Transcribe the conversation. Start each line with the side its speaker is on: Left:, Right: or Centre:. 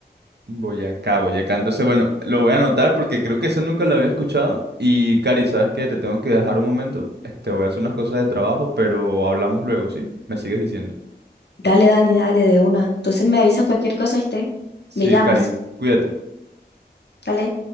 Right: Boyacá, Boyacá. Entonces, bueno, lo voy a anotar porque creo que eso nunca lo había escuchado. Y, Cari, ¿sabes qué? Te tengo que dejar un momento. Este, voy a hacer unas cosas de trabajo, pero hablamos luego, ¿sí? Me sigues diciendo.
Left: Dale, Dani, dale de una. Entonces me avisas cualquier cosa, ¿viste?
Right: Sí,
Left: Me llamas,
Right: Cari, cuídate.
Left: dale.